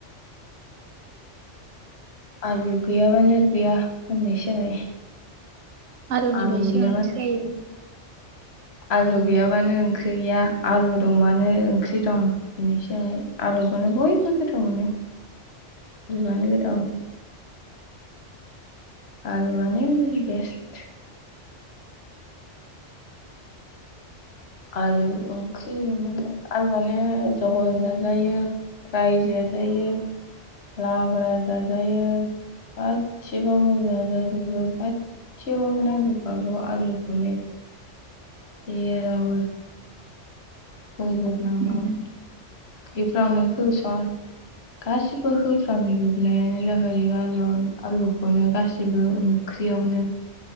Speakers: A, on the left; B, on the right.
A: आलु गैया बानो गैया होननायसो जाबाय।
B: आलुनि
A: आलु
B: बायसो
A: गैयाबानो
B: ओंख्रि जायो।
A: आलु गैयाबानो ओंख्रि गैया आलु दंबानो ओंख्रि दं होननायसो जाबाय आलुखौनो बयबो गोथाव मोनो। लुआनो गोथाव।
B: उम
A: आलुआनो बेस्ट। आलु ओंख्रि मालाय आलुआनो जहल जाजायो फ्राय जाजायो लाब्रा जाजायो गासिबबावबो जाजाजोबो गाससिबावबो नांजोबखागौ आलुखौनो। जेरावबो होजोब नांगौ।
B: उम
A: ओंख्रिफ्रावनो होसन गासिबो होफ्रामजोबनायानो जाहायो आलुआव आलुखौनो गासिबो ओंख्रियावनो